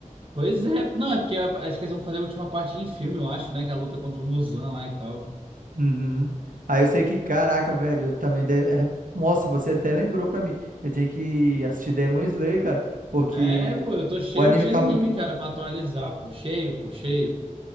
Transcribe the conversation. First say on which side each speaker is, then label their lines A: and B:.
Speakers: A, on the right (about 40°); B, on the right (about 90°).
A: Pois é, não, é porque a- acho que eles vão fazer a última parte em filme, eu acho, né? Que é a luta contra o Muzan lá e tal.
B: Uhum. Aí eu sei que, caraca, velho, eu também. de- é- Nossa, você até lembrou pra mim. Eu tenho que assistir Demon Slayer, cara, porque
A: É, pô, eu tô cheio
B: o anime
A: de
B: tá
A: anime,
B: muito bom.
A: cara, pra atualizar, pô. Cheio, pô, cheio.